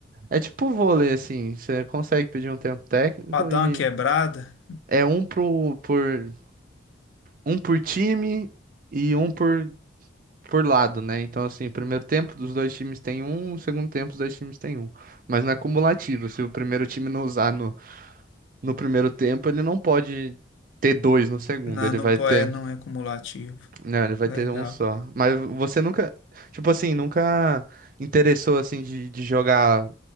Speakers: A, on the right (about 45°); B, on the left (about 85°).
A: é tipo vôlei, assim, você consegue pedir um tempo técnico
B: pra dar
A: e
B: uma quebrada.
A: é um pro, por um por time e um por, por lado, né? Então, assim, primeiro tempo dos dois times tem um, segundo tempo dos dois times tem um. Mas não é cumulativo. Se o primeiro time não usar no, no primeiro tempo, ele não pode ter dois no segundo.
B: Não,
A: Ele
B: não,
A: vai
B: po-
A: ter.
B: é, não é cumulativo.
A: né ele vai
B: Legal.
A: ter um só. Mas você nunca. Tipo assim, nunca interessou assim de, de jogar